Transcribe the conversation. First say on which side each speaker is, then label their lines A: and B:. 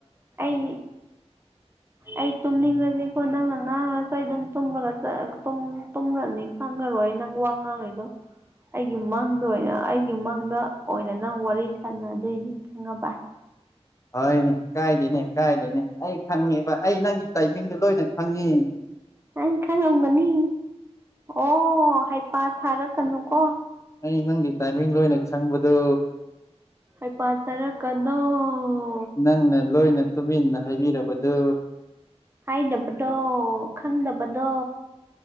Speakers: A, on the right; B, on the left.
A: ꯑꯩ ꯑꯩ ꯇꯨꯝꯅꯤꯡꯕꯗꯤꯀꯣ ꯅꯪ ꯅ ꯉꯍꯥꯡ ꯉꯁꯥꯏꯗꯨꯝ ꯇꯨꯝꯕꯒ ꯇꯨꯝꯂꯅꯤ ꯈꯪꯉꯔꯣꯏ ꯑꯩ ꯅꯪ ꯋꯥ ꯉꯥꯡꯉꯗꯣ ꯑꯩꯒꯤ ꯃꯪꯗ ꯑꯣꯏꯅ ꯑꯩꯒꯤ ꯃꯪꯗ ꯑꯣꯏꯅ ꯅꯪ ꯋꯥꯔꯤ ꯁꯥꯟꯅꯗꯣꯏꯅꯤ ꯈꯪꯉꯕꯥꯏ
B: ꯍꯣꯏꯅꯦ ꯀꯥꯏꯗꯦꯅꯦ ꯀꯥꯏꯗꯦꯅꯦ ꯑꯩ ꯈꯪꯉꯦꯕ ꯑꯩ ꯅꯪꯒꯤ ꯇꯥꯏꯃꯤꯡꯗꯣ ꯂꯣꯏꯅ ꯈꯪꯉꯤ
A: ꯅꯪ ꯈꯪꯂꯝꯝꯒꯅꯤ ꯑꯣ ꯍꯩꯄꯥ ꯊꯥꯔꯛꯀꯅꯨꯀꯣ
B: ꯑꯩ ꯅꯪꯒꯤ ꯇꯥꯏꯃꯤꯡ ꯂꯣꯏꯅ ꯈꯪꯕꯗꯨ
A: ꯑꯩ ꯄꯁꯔ ꯀ ꯑꯗꯨꯣ
B: ꯅꯪꯅ ꯂꯣꯏꯅ ꯇꯨꯃꯤꯟꯅ ꯍꯥꯏꯕꯤꯔꯕꯗꯨ
A: ꯍꯥꯏꯗꯕꯗꯣ ꯈꯪꯗꯕꯗꯣ